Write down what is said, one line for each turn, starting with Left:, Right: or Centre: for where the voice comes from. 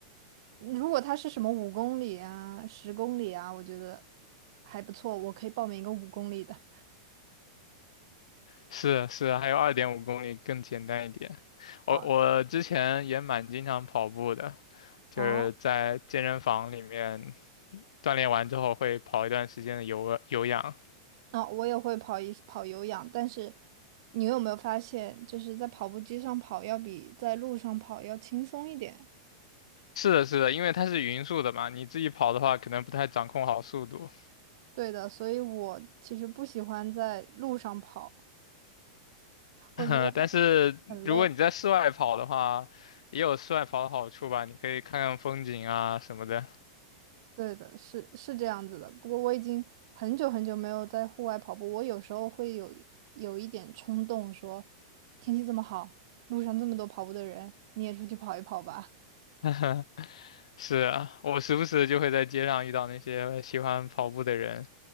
Right: 如果他是什么五公里啊、十公里啊，我觉得还不错，我可以报名一个五公里的。
Left: 是是，还有二点五公里更简单一点。
Right: 啊，
Left: 我我之前也蛮经常跑步的，就是在健身房里面
Right: 哦
Left: 锻炼完之后会跑一段时间的有有氧。
Right: 哦，我也会跑一跑有氧，但是你有没有发现，就是在跑步机上跑要比在路上跑要轻松一点？
Left: 是的，是的，因为它是匀速的嘛，你自己跑的话可能不太掌控好速度，
Right: 对的，所以我其实不喜欢在路上跑，我觉得很很累。
Left: <laughs> 但是如果你在室外跑的话，也有室外跑的好处吧，你可以看看风景啊什么的。
Right: 对的，是是这样子的。不过我已经很久很久没有在户外跑步，我有时候会有有一点冲动说，天气这么好，路上这么多跑步的人，你也出去跑一跑吧。
Left: <laughs> 是啊，我时不时就会在街上遇到那些喜欢跑步的人。